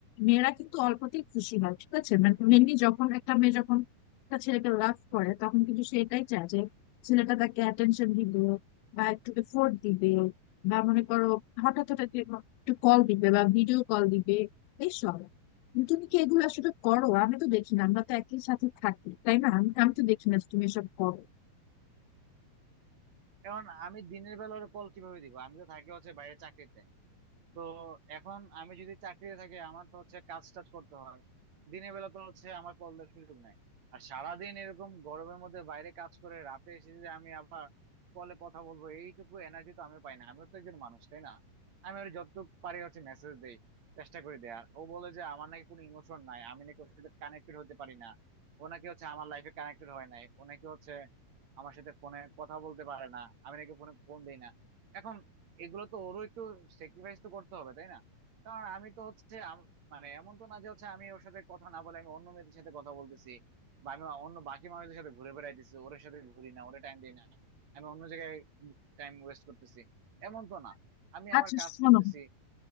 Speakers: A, on the left (about 85°); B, on the right (about 50°).
A: মেয়েরা কিন্তু অল্পতেই খুশি হয় ঠিক আছে মানে মেনলি যখন একটা মেয়ে যখন একটা ছেলেকে লাভ করে তখন কিন্তু সে এটাই চায় যে ছেলেটা তাকে অ্যাটেনশন দিবে বা একটু এফোর্ট দিবে বা মনে করো হঠাৎ হঠাৎ একটু কল দিবে বা ভিডিও কল দিবে এইসব তুমি কি এগুলো আসলে করো আমি তো দেখি না আমরা তো একই সাথে থাকি তাই না আমি আমি তো দেখি না যে তুমি এসব করো
B: এখন আমি দিনের বেলা ওর কল কিভাবে দিব আমি তো থাকি হচ্ছে বাইরে চাকরিতে তো এখন আমি যদি চাকরিতে থাকি আমার তো হচ্ছে কাজ টাজ করতে হয় দিনের বেলা তো হচ্ছে আমার কল দেওয়ার সুযোগ নাই আর সারাদিন এরকম গরমের মধ্যে বাইরে কাজ করে রাতে এসে যদি আমি আবার কলে কথা বলবো এইটুকু এনার্জি তো আমি পাই না আমিও তো একজন মানুষ তাই না আমি ওর যতটুকু পারি হচ্ছে মেসেজ দেই চেষ্টা করি দেয়ার ও বলে যে আমার নাকি কোনো ইমোশন নাই আমি নাকি ওর সাথে কানেক্টেড হতে পারি না ও নাকি হচ্ছে আমার লাইফে কানেক্টেড হয় নাই ও নাকি হচ্ছে আমার সাথে ফোনে কথা বলতে পারে না আমি নাকি ফোনে ফোন দিই না এখন এগুলো তো ওরও একটু স্যাক্রিফাইস তো করতে হবে তাই না কারণ আমি তো হচ্ছে আম- মানে এমন তো না যে হচ্ছে আমি ওর সাথে কথা না বলে আমি অন্য মেয়েদের সাথে কথা বলতেছি বা আমি অন্য বাকি মানুষদের সাথে ঘুরে বেড়াইতেছি ওর সাথে ঘুরি না ওরে টাইম দিই না আমি অন্য জায়গায় টাইম ওয়েস্ট করতেছি এমন তো না আমি
A: আচ্ছা
B: আমার কাজ
A: শোনো
B: করতেছি